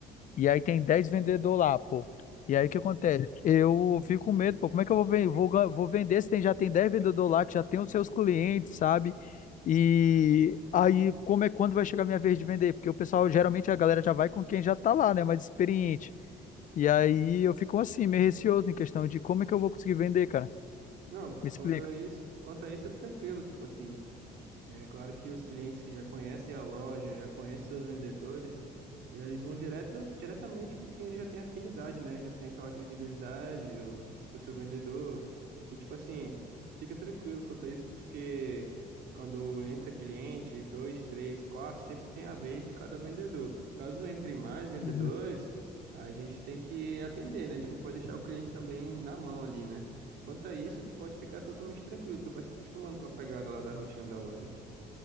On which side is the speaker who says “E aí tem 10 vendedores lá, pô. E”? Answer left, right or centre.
Left